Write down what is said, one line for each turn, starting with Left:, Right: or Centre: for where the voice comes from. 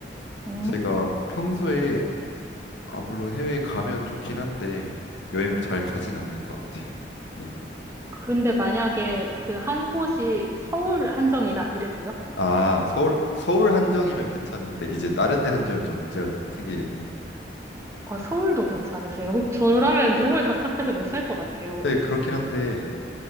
Right: 그
Left: 제가 평소에 아 물론 해외에 가면 좋긴 한데 여행을 잘 가진 않는 것 같아요. 네.
Right: 근데 만약에 그 한 곳이 서울 한정이다 이래도요?
Left: 아 서울 서울 한정이면 괜찮은데 이제 다른 데 한정이 좀 문제가 생기겠네요.
Right: 어, 서울도 괜찮으세요? 저라면 너무 답답해서 못 살 것 같아요.
Left: 네 그렇긴 한데